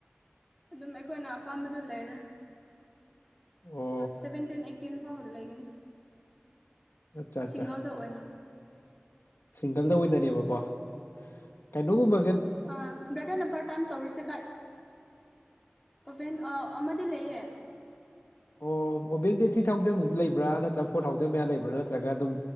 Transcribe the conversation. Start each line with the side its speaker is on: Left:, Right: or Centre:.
Centre: ꯑꯗꯨꯝ ꯑꯩꯈꯣꯏꯅ ꯑꯄꯥꯝꯕꯗꯨ ꯂꯩꯔꯦ
Left: ꯑꯣ
Centre: ꯁꯚꯦꯟꯇꯤꯟ ꯑꯦꯇꯤꯟ ꯥꯑ‌ꯣ ꯂꯩꯒꯅꯤ
Left: ꯑꯠꯆꯥ ꯑꯠꯆꯥ
Centre: ꯁꯤꯡꯒꯜꯗ ꯑꯣꯏꯅ
Left: ꯁꯤꯡꯒꯜꯗ ꯑꯣꯏꯅꯅꯦꯕꯀꯣ ꯍꯥ ꯀꯩꯅꯣꯒꯨꯝꯕ
Centre: ꯑꯥ ꯕꯔꯗ‌ꯔꯅꯄꯥꯔ ꯇꯝ ꯇꯧꯔꯤꯁꯦ ꯀꯥꯏ ꯑꫭꯕ‌ꯦꯜ ꯑꯥ ꯑꯃꯥ ꯇꯤꯜ ꯂꯩꯌ‌ꯦ
Left: ꯑꯣ ꯑꯣꯕꯦꯟꯁꯦ ꯊ꯭ꯔꯤ ꯊꯥꯎꯖꯟꯃꯨꯛ ꯂꯩꯕ꯭ꯔꯥ ꯅꯠꯇ꯭ꯔꯒ ꯐꯣꯔ ꯊꯥꯎꯖꯟ ꯃꯌꯥ ꯂꯩꯕ꯭ꯔꯥ ꯅꯠꯇ꯭ꯔꯒ ꯑꯗꯨꯝ